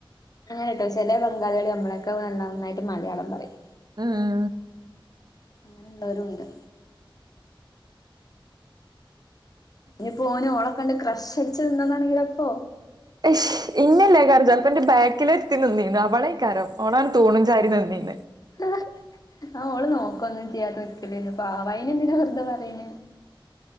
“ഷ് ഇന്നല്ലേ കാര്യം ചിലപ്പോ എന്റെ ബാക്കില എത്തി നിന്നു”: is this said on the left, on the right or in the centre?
Right